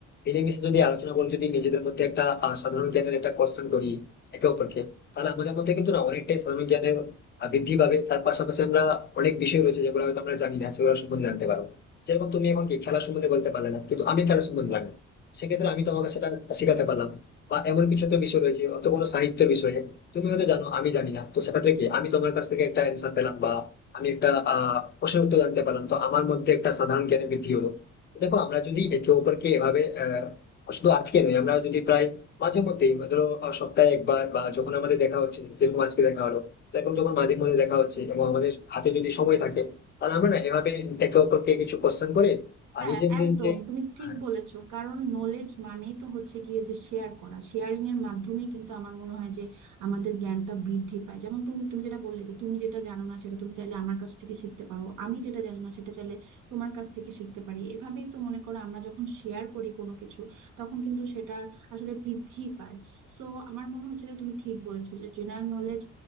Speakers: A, on the left; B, on the right.
A: মিলেমিশে যদি আলোচনা করি যদি নিজেদের মধ্যে একটা আহ, সাধারণ জ্ঞানের একটা কোশ্চেন করি একে অপরকে তাহলে আমাদের মধ্যে কিন্তু না অনেকটাই সাধারণ জ্ঞানের আহ, বৃদ্ধি পাবে তার পাশাপাশি আমরা অনেক বিষয় রয়েছে যেগুলো হয়তো আমরা জানি না সেগুলো সম্বন্ধে জানতে পারবো যেরকম তুমি এখন কি খেলা সম্বন্ধে বলতে পারলে না কিন্তু আমি খেলা সম্বন্ধে জানি সেক্ষেত্রে আমি তোমাকে সেটা শেখাতে পারলাম বা এমন কিছু তো বিষয় রয়েছে অত কোনো সাহিত্যের বিষয়ে তুমি হয়তো জানো আমি জানি না তো সেক্ষেত্রে কি আমি তোমার কাছ থেকে একটা অ্যান্সার পেলাম বা আমি একটা আহ প্রশ্নের উত্তর জানতে পারলাম তো আমার মধ্যে একটা সাধারণ জ্ঞানের বৃদ্ধি হলো দেখো আমরা যদি একে অপরকে এভাবে আহ শুধু আজকে নয় আমরা যদি প্রায় মাঝে মধ্যেই ধরো আহ, সপ্তাহে একবার বা যখন আমাদের দেখা হচ্ছে যেরকম আজকে দেখা হলো তো এরকম যখন মাঝে মধ্যে দেখা হচ্ছে এবং আমাদের হাতে যদি সময় থাকে আর আমরা না এভাবে একে অপরকে কিছু কোশ্চেন করে আর
B: হ্যাঁ
A: নিজেদের
B: একদম
A: যে
B: তুমি ঠিক
A: হ্যাঁ
B: বলেছো কারণ নলেজ মানেই তো হচ্ছে গিয়ে যে শেয়ার করা শেয়ারিং এর মাধ্যমে কিন্তু আমার মনে হয় যে আমাদের জ্ঞানটা বৃদ্ধি পায় যেমন তুমি তুমি যেটা বললে যে তুমি যেটা জানো না সেটা তুমি চাইলে আমার কাছ থেকে শিখতে পারো আমি যেটা জানি না সেটা চাইলে তোমার কাছ থেকে শিখতে পারি এভাবেই তো মনে করো আমরা যখন শেয়ার করি কোনো কিছু তখন কিন্তু সেটা আসলে বৃদ্ধি পায় সো আমার মনে হচ্ছে যে তুমি ঠিক বলেছো যে জেনারেল নলেজ